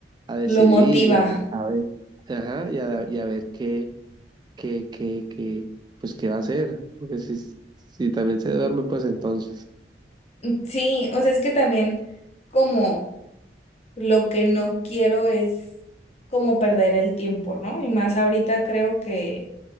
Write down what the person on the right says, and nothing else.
a decidir
y a, a ver, ajá, y a, y a ver qué que, que, que, pues, ¿qué va a hacer? Porque si, si también se duerme, pues entonces,